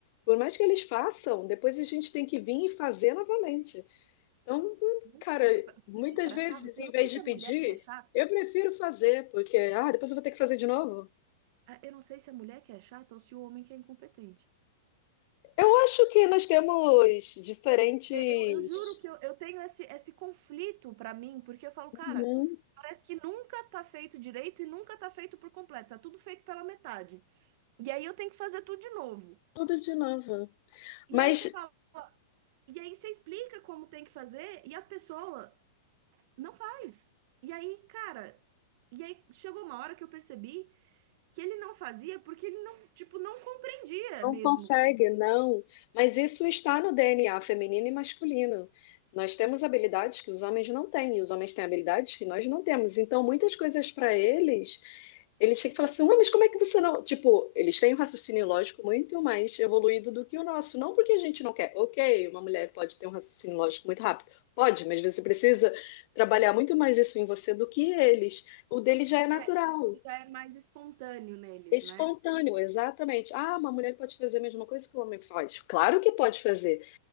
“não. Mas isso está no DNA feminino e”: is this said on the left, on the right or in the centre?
Left